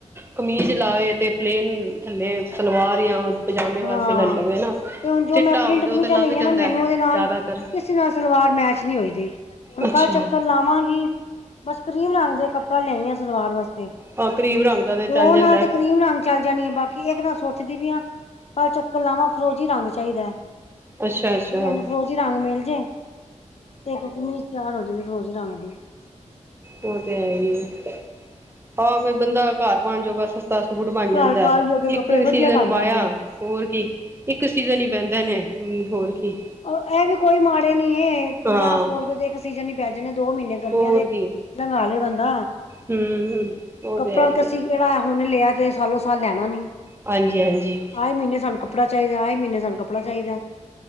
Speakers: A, on the right; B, on the left.
A: ਕਮੀਜ਼ ਲਾਵੇ ਤੇ ਪਲੇਨ ਥੱਲੇ ਸਲਵਾਰ ਯਾਂ ਪਜਾਮੇ
B: ਹਾਂ
A: ਵਾਸਤੇ ਲਲ ਲਵੇ
B: ਤੇ
A: ਨਾ,
B: ਹੁਣ ਜੋ
A: ਚਿੱਟਾ
B: ਮੈਂ ਪ੍ਰਿੰਟ
A: ਹੋਵੇ ਤਾ
B: ਕਮੀਜ਼ਾਂ
A: ਲੱਗ
B: ਲਈਆਂ ਨਾ
A: ਜਾਂਦੈ
B: ਮੈਨੂੰ ਉਹਦੇ ਨਾਲ
A: ਜਾਦਾਤਰ।
B: ਕਿਸੇ ਨਾਲ ਸਲਵਾਰ ਮੈਚ ਨੀ ਹੋਈਦੀ, ਹੁਨ
A: ਅੱਛਾ
B: ਕੱਲ ਚੱਕਰ ਲਾਵਾਂਗੀ ਬਸ ਕਰੀਮ ਰੰਗ ਦੇ ਕੱਪੜਾ ਲਿਆਈਆਂ ਸਲਵਾਰ ਵਾਸਤੇ
A: ਹਾਂ ਕਰੀਮ ਰੰਗ ਦਾ ਤੇ
B: ਦੋ
A: ਚੱਲ ਜਾਂਦਾ
B: ਨਾਲ ਤਤ ਕਰੀਮ ਰੰਗ ਚੱਲ ਜਾਨੀ ਆ ਬਾਕੀ ਏਕ ਨਾ ਸੋਚਦੀ ਵੀ ਆ, ਕੱਲ ਚੱਕਰ ਲਾਵਾਂ ਫਰੋਜ਼ੀ ਰੰਗ ਚਾਈਦੈ।
A: ਅੱਛਾ ਅੱਛਾ
B: ਵੀ ਮੈਨੂੰ
A: ਹਾਂ
B: ਫਰੋਜ਼ੀ ਰੰਗ ਮੇਲ ਜੇ, ਤੇ ਏਕ ਕਮੀਜ ਤਿਆਰ ਹੋ ਜੇਗੀ ਫਰੋਜ਼ੀ ਰੰਗ ਦੀ।
A: ਉ ਤੇ ਹੈ ਈ ਏ ਆਹ ਫੇਰ ਬੰਦਾ ਘਾਰ ਪਾਨ ਜੋਗਾ ਸ ਤਾ ਸੂਟ ਬਣ ਜਾਂਦੈ
B: ਘਰ ਪਾਉਣ ਜੋਗੇ ਕੱਪੜੇ
A: ਇੱਕ
B: ਵਧੀਆ
A: ਸੀਜ਼ਨ
B: ਬਣ
A: ਪਾਇਆ
B: ਜਾਂਦੇ ਆ
A: ਹੋਰ ਕੀ ਇੱਕ ਸੀਜ਼ਨ ਈ ਪੈਂਦੇ ਨੇ ਹੂੰ ਹੋਰ ਕੀ।
B: ੳ ਐ ਵੀ ਕੋਈ ਮਾੜੇ ਨੀ ਏ, ਪੰਜਾਹ
A: ਹਾਂ
B: ਸੌ ਰੁਪਏ ਦੇ ਇੱਕ ਸੀਜਨ ਈ ਪੈ ਜਾਂਨੇ ਦੋ ਮੀਨੇ ਗਰਮੀਆਂ
A: ਹੋਰ
B: ਦੇ
A: ਕੀ
B: ਲੰਗਾ ਲੇ ਬੰਦਾ।
A: ਹਮ ਉਹ ਤੇ
B: ਕੱਪੜਾ
A: ਹੈ ਹੀ
B: ਕਸੀ
A: ਹੈ
B: ਕੇੜਾ ਹੁਨ ਲਿਆ ਤੇ ਸਾਲੋ ਸਾਲ ਲੈਨਾ ਨੀ।
A: ਹਾਂਜੀ-ਹਾਂਜੀ
B: ਆਏ ਮੀਨੇ ਸਾਨੂੰ ਕੱਪੜਾ ਚਾਈਦੈ, ਆਏ ਮੀਨੇ ਸਾਨੂੰ ਕੱਪੜਾ ਚਾਈਦੈ।